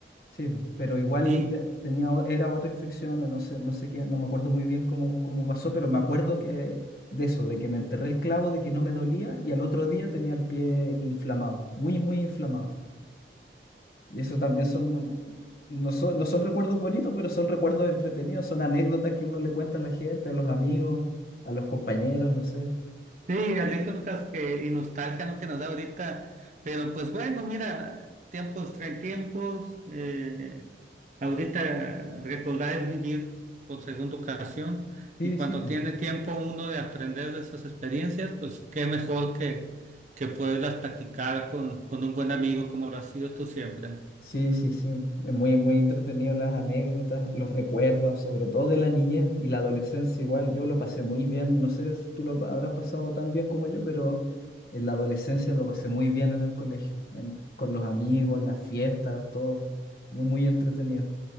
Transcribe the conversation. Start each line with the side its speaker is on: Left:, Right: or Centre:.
Left: Sí, pero igual
Right: Y,
Left: ya tenía, o- era otra infección, no sé, no sé qué, no me acuerdo muy bien cómo, cómo pasó, pero me acuerdo que de eso, de que me enterré el clavo, de que no me dolía y al otro día tenía el pie inflamado, muy, muy inflamado. Y eso también son, no son, no son recuerdos bonitos, pero son recuerdos entretenidos, son anécdotas que uno le cuenta a la gente, a los amigos, a los compañeros, no sé.
Right: Sí, anécdotas que, y nostalgia, ¿no? que nos da ahorita, pero pues bueno, mira, tiempos traen tiempos, eh, ahorita recordar es vivir por segunda ocasión
Left: Sí,
Right: y cuando
Left: sí.
Right: tiene tiempo uno de aprender de esas experiencias, pues qué mejor que, que poderlas platicar con, con un buen amigo como lo has sido tú siempre.
Left: Sí, sí, sí. Es muy, muy entretenido las anécdotas, los recuerdos, sobre todo de la niñez y la adolescencia igual. Yo lo pasé muy bien. No sé si tú lo habrás pasado tan bien como yo, pero en la adolescencia lo pasé muy bien en el colegio, en- con los amigos, las fiestas, todo. Muy, muy entretenido.